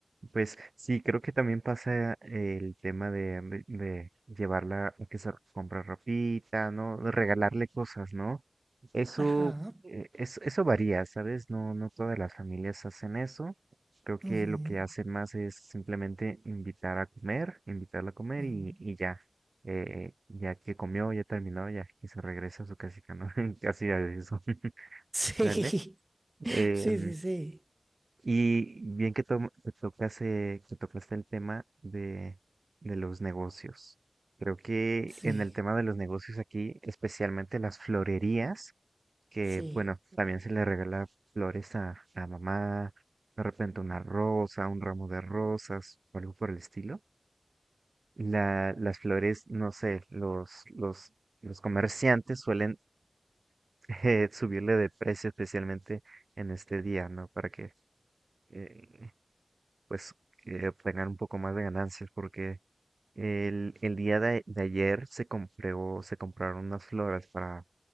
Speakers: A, on the right; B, on the right.
A: Pues sí, creo que también pasa el tema de, mm, de- de llevarla a que se comprar ropita, ¿no? De regalarle cosas, ¿no? Eso,
B: Ajá.
A: eh, es- eso varía, ¿sabes? No, no todas las familias hacen eso. Creo que
B: Ujú,
A: lo que hacen más es simplemente invitar a comer, invitarla a comer
B: ujú.
A: y, y ya. Eh, ya que comió, ya terminó, ya que se regresa a su casita, ¿no? <laughs> Casi a eso, <laughs>
B: Sí,
A: ¿vale?
B: <laughs>
A: Em,
B: sí, sí, sí,
A: y bien que, to que tocase- que tocaste el tema de, de los negocios. Creo que
B: sí,
A: en el tema de los negocios aquí, especialmente las florerías, que
B: sí.
A: bueno, también se le regala flores a la mamá, de repente una rosa, un ramo de rosas o algo por el estilo. La, las flores, no sé, los, los, los comerciantes suelen <laughs> eh, subirle de precio especialmente en este día, ¿no? Para que eh, pues eh, obtengan un poco más de ganancias porque el, el día de, de ayer se compró, se compraron unas flores para,